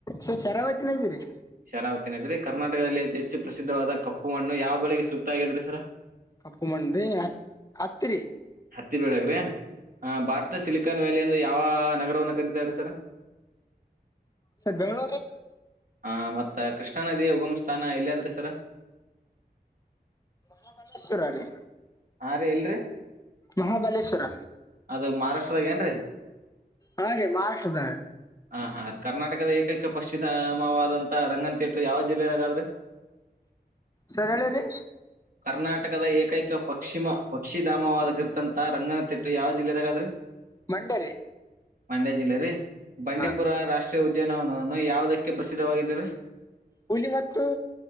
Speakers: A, on the left; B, on the right.
A: ಸರ್ ಶರಾವತಿನಾಗಿರಿ
B: ಶರಾವತಿ ನದಿರಿ ಕರ್ನಾಟಕದಲ್ಲಿ ಅತಿ ಹೆಚ್ಚು ಪ್ರಸಿದ್ಧವಾದ ಕಪ್ಪು ಮಣ್ಣು ಯಾವ ಬೆಳೆಗೆ ಸೂಕ್ತ ಆಗೆದ್ರಿ ಸರ?
A: ಕಪ್ಪು ಮಣ್ಣು ರಿ ಹ ಹತ್ತಿರಿ.
B: ಹತ್ತಿ ಬೆಳಗ್ರಿ ಆ ಭಾರತ ಸಿಲಿಕಾನ್ ವ್ಯಾಲಿ ಅಂದ್ ಯಾವ ನಗರವನ್ನ ಕರೀತಾರ್ ಸರ್?
A: ಸರ ಬೆಂಗಳೂರಿ.
B: ಹ ಮತ್ತ್ ಕೃಷ್ಣಾ ನದಿಯ ಉಗಮ್ ಸ್ಥಾನ ಎಲ್ಲದ್ರಿ ಸರ?
A: ಮಹಾಬಲೇಶ್ವರರಿ.
B: ಹಾ ರೀ ಎಲ್ರಿ
A: ಮಹಾಬಲೇಶ್ವರ
B: ಅದು ಮಹಾರಾಷ್ಟ್ರದಾಗೆನ್ರಿ?
A: ಹಾ ರೀ ಮಹಾರಾಷ್ಟ್ರದಾಗ್.
B: ಹಾ ಹ ಕರ್ನಾಟಕದ ಏಕೈಕ ಪಕ್ಷಿದಾಮವಾದಂಥ ರಂಗನತ್ತಿಟ್ಟು ಯಾವ ಜಿಲ್ಲೆಯದ್ಗದ್ರಿ? <inaudible>
A: ಸರ ಹೇಳ್ರಿ?
B: ಕರ್ನಾಟಕದ ಏಕೈಕ ಪಕ್ಷಿಮ ಪಕ್ಷಿಧಾಮವಾದ್ಗಿರತಂತ ರಂಗನತೀಟ್ ಯಾವ್ ಜಿಲ್ಲೆದಾಗ್ ಅದ್ರಿ
A: ಮಂಡ್ಯ ರೀ
B: ಮಂಡ್ಯ ಜಿಲ್ಲೆ ರೀ. ಬಂಡೀಪುರ
A: ಹಾ
B: ರಾಷ್ಟ್ರೀಯ ಉದ್ಯಾನವನವನ್ನು ಯಾವುದಕ್ಕೆ ಪ್ರಸಿದ್ಧವಾಗಿದೇ ರಿ?
A: ಹುಲಿ ಮತ್ತು